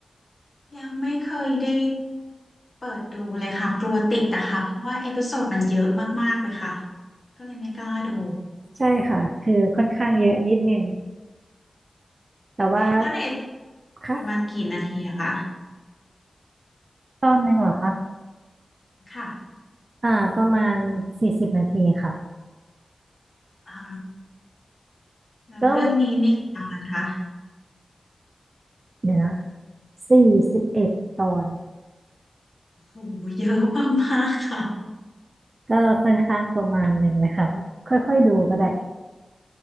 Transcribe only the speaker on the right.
ใช่ค่ะคือค่อนข้างเยอะนิดนึงแต่ว่า
ค่ะ
ตอนหนึ่งเหรอคะ
อ่าประมาณสี่สิบนาทีค่ะ
ก็เดี๋ยวนะสี่สิบเอ็ดตอน
ก็ค่อนข้างประมาณหนึ่งเลยค่ะค่อยๆดูก็ได้